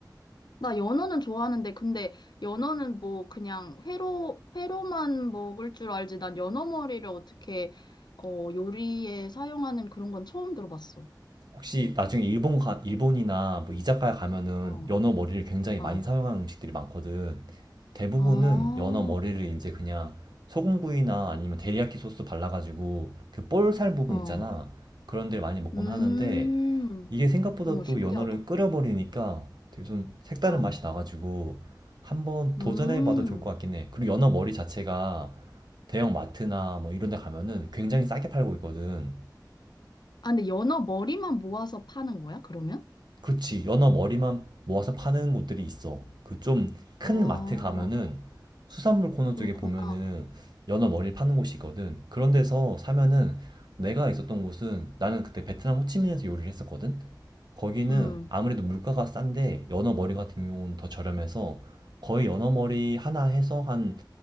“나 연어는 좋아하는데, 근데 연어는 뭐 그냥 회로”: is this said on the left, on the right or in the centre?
Left